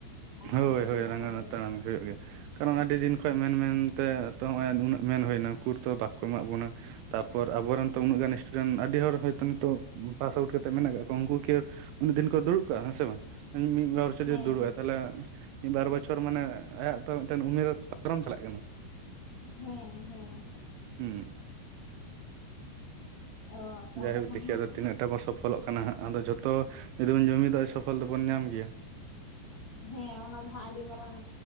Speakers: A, on the left; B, on the right.
A: ᱮᱸ
B: ᱦᱳᱭ
A: ᱦᱩᱭᱩᱜᱼᱟ
B: ᱦᱳᱭ ᱨᱟᱸᱜᱟᱣᱱᱟ
A: ᱦᱟᱸᱜ ᱡᱟᱹᱱᱤᱡ᱾
B: ᱛᱟᱲᱟᱢ ᱦᱩᱭᱩᱜ ᱜᱮ, ᱠᱟᱨᱚᱱ ᱟᱹᱰᱤ ᱫᱤᱱ ᱠᱷᱚᱡ ᱢᱮᱱ ᱢᱮᱱᱛᱮ ᱛᱚ ᱦᱚᱸᱜ-ᱚᱭ ᱱᱩᱱᱟᱹᱜ ᱢᱮᱱ ᱦᱩᱭᱱᱟ ᱩᱠᱩᱨ ᱛᱚ ᱵᱟᱠᱚ ᱮᱢᱟᱜ ᱵᱚᱱᱟ᱾ ᱛᱟᱯᱚᱨ ᱟᱵᱚ ᱨᱮᱱ ᱛᱚ ᱩᱱᱟᱹᱜ ᱜᱟᱱ ᱥᱴᱩᱰᱮᱱᱴ ᱟᱹᱰᱤ ᱦᱚᱲ ᱦᱚᱭᱛᱳ ᱱᱤᱛᱚᱜ ᱯᱟᱥ ᱟᱣᱩᱴ ᱠᱟᱛᱮᱜ ᱢᱮᱱᱟᱜ ᱠᱟᱜ ᱠᱚᱣᱟ ᱩᱝᱠᱩ ᱠᱤ ᱩᱱᱟᱹᱜ ᱫᱤᱱ ᱠᱚ ᱫᱩᱲᱩᱵ ᱠᱟᱜᱼᱟ ᱦᱮᱸᱥᱮ ᱵᱟᱝ? ᱢᱤᱫ ᱵᱟᱨ ᱵᱚᱪᱷᱚᱨ ᱡᱩᱫᱤ
A: ᱦᱮᱸ
B: ᱫᱩᱲᱩᱵᱼᱟᱭ ᱛᱟᱦᱚᱞᱮ ᱢᱤᱫ ᱵᱟᱨ ᱵᱚᱪᱷᱚᱨ ᱢᱟᱱᱮ ᱟᱭᱟᱜ ᱛᱚ ᱢᱤᱫᱴᱮᱱ ᱩᱢᱮᱨ ᱯᱚᱨᱚᱢ ᱪᱟᱞᱟᱜ ᱠᱟᱱᱟ᱾
A: ᱦᱮᱸ ᱦᱮᱸ᱾
B: ᱦᱩᱸ᱾
A: ᱚ ᱛᱟᱦᱚᱞᱮ
B: ᱡᱟᱭᱦᱳᱠ
A: ᱠᱷᱟᱱ
B: ᱫᱮᱠᱷᱤ
A: ᱦᱟᱸᱜ
B: ᱟᱫᱚ ᱛᱤᱱᱟᱹᱜᱴᱟ ᱵᱚ ᱥᱚᱯᱷᱚᱞᱚᱜ ᱠᱟᱱᱟ ᱦᱟᱸᱜ, ᱟᱫᱚ ᱡᱚᱛᱚ ᱡᱩᱫᱤ ᱵᱚᱱ ᱡᱩᱢᱤᱫᱟ ᱥᱚᱯᱷᱚᱞ ᱫᱚᱵᱚᱱ ᱧᱟᱢ ᱜᱮᱭᱟ᱾ <unintelligible>
A: ᱦᱮᱸ ᱚᱱᱟ ᱫᱚ ᱦᱟᱸᱜ ᱟᱹᱰᱤ ᱢᱟᱨᱟᱝ